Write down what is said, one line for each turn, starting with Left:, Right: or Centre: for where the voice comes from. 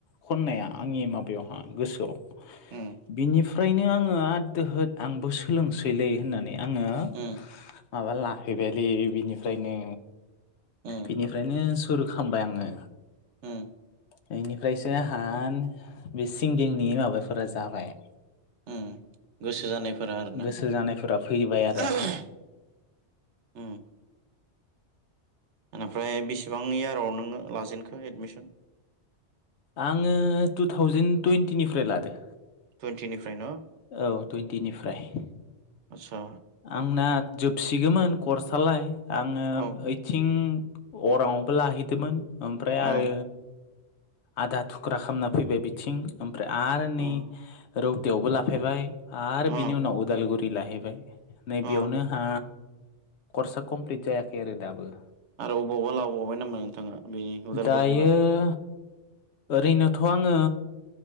Left: खन्नाया आंनि माबायावहा गोसोआव
Right: उम
Left: बिनिफ्रायनो आंङो आरो दोहो आंबो सोलोंसैलै होननानै आंङो
Right: उम
Left: माबा लाहैबायलै बिनिफ्रायनो
Right: अम
Left: बिनिफ्रायनो सुरु खामबाय आंङो।
Right: उम
Left: बेनिफ्रायसो आंहा बे सिंगिंनि माबाफोरा जाबाय
Right: उम गोसो जानायफोरा आरोना
Left: गोसो जानायफोरा फैबाय आरो
Right: अम
Left: आंहा
Right: ओनिफ्राय बेसेबां इयाराव नोंङो लाजेनखो एडमिसन
Left: आङो टु थावजेेन टुइन्टिनिफ्राय लादों।
Right: टुइन्टिनिफ्राय न
Left: औ टुइन्टिनिफ्राय
Right: आदसा
Left: आंना जोबसिगौमोन कर्सालाय आङो
Right: औ
Left: ओइथिं अराङआवबो लाहैदोंमोन ओमफ्राय
Right: औ
Left: आरो आधा थुख्रा खामना फैबाय बिथिं ओमफ्राय आरो
Right: अ
Left: नै रौतायावबो लाफैबाय आरो
Right: अ
Left: बिनि उनाव उदालगुरि लाहैबाय नैबेयावनो
Right: अ
Left: हा कर्सा कमप्लिट जायाखै आरो दाबो
Right: आरो अबावबा लाबावबाय नामा नोंथाङा बेनि उदालगुरिनि
Left: दायो
Right: बादै
Left: ओरैनोथ आङो